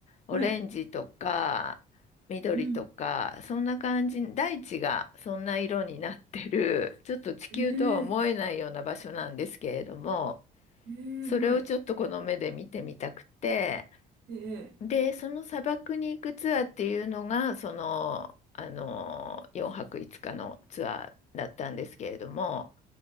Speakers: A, on the left; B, on the right.
A: オレンジとか緑とかそんな感じ大地がそんな色になってるちょっと地球とは思えないような場所なんですけれども
B: はい。うん。ええええはい。
A: それをちょっとこの目で見てみたくて
B: ええ
A: でその砂漠に行くツアーっていうのがその、あの4泊5日のツアーだったんですけれども。